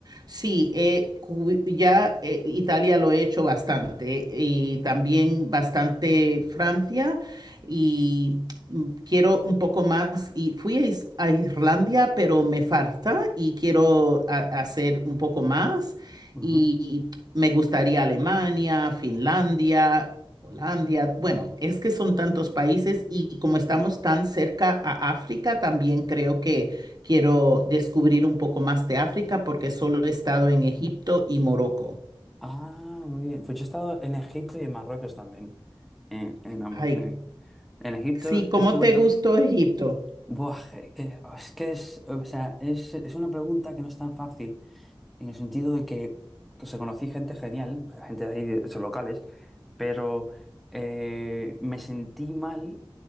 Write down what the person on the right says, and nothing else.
Sí, eh, cu- ya eh, Italia lo he hecho bastante y también bastante Francia y mm, quiero un poco más y fui a, Is- a Irlanda pero me falta y quiero a- hacer un poco más
y me gustaría Alemania, Finlandia. Holanda, bueno, es que son tantos países y como estamos tan cerca a África, también creo que Quiero descubrir un poco más de África porque solo he estado en Egipto y Morocco.
Ay,
sí, ¿cómo
te
gustó Egipto?